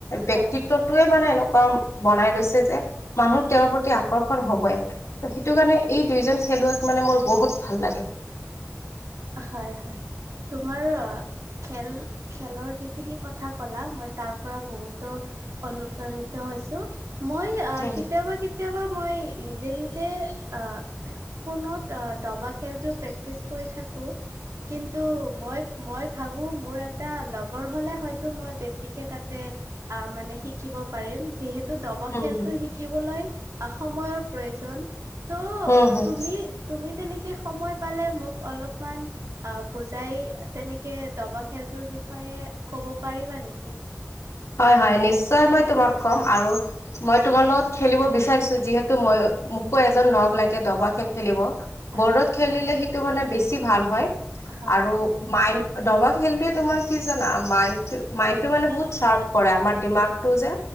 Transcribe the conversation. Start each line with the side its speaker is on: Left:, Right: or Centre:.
Right: হয়
Left: ব্যক্তিত্বটোয়ে
Right: হয়
Left: মানে এনেকুৱা বনাই লৈছে যে, মানুহ তেওঁৰ প্ৰতি আকৰ্ষণ হবই। ত' সেইটো কাৰণে এই দুইজন খেলুৱৈক মানে মোৰ বহুত ভাল লাগে।
Right: অ হয়-হয়, তোমাৰ খেল, খেলৰ যিখিনি কথা ক'লা, মই তাৰ পৰা বহুতো অনুপ্ৰাণিত হৈছো, মই আহ'
Left: উম
Right: কেতিয়াবা-কেত তিয়াবা মই, নিজে-নিজে আহ ফোনত অ দবা খেলটো প্ৰেক্টিচ কৰি থাকোঁ কিন্তু মই মই ভাবোঁ, মোৰ এটা লগৰ হ'লে হয়তো মই বেছিকে তাতে আহ' মানে শিকিব পাৰিম যিহে ত' দব
Left: উম
Right: খেলটো
Left: উম
Right: শিকিবলৈ অ সময়ৰ প্ৰয়োজন। চ'
Left: হম হম
Right: তুমি তুমি তেনেকে সময় পালে মোক অলপমান আহ' বুজাই, তেনেকে দবা খেলটোৰ বিষয়ে ক'ব পাৰিবা নেকি?
Left: হয়-হয়, নিশ্চয় মই তোমাক কম আৰু মই তোমাৰ লগত খেলিব বিচাৰিছো। যিহেতু মই, মোকো এজন লগ লাগে দবা খেল খেলিব। বৰ্ডত
Right: হয়
Left: খেলিলে সেইটো মানে বেছি ভাল হয়
Right: হয়
Left: আৰু মাইণ্ড দবা খেলটোৱে তোমাৰ কি জানা মাইণ্ডটো মাইণ্ডটো মানে বহুত চাৰ্প কৰে আমাৰ দিমাগটো যে